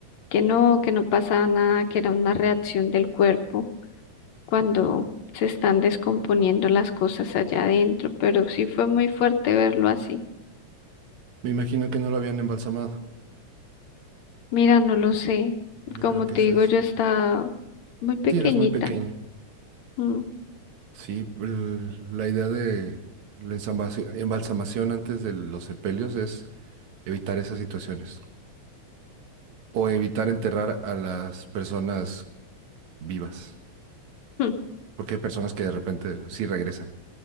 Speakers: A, on the left; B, on the right.
A: que no, que no pasaba nada, que era una reacción del cuerpo cuando se están descomponiendo las cosas allá adentro, pero sí fue muy fuerte verlo así.
B: Me imagino que no lo habían embalsamado.
A: Mira, no lo sé.
B: Yo
A: Como
B: creo que
A: te
B: eso
A: digo,
B: es. eso.
A: yo estaba muy pequeñita.
B: Sí, eras muy pequeña.
A: Mm,
B: Sí, el- la idea de la ensambasi- embalsamación antes de los sepelios es evitar esas situaciones o evitar enterrar a las personas vivas,
A: mm.
B: porque hay personas que de repente sí regresan,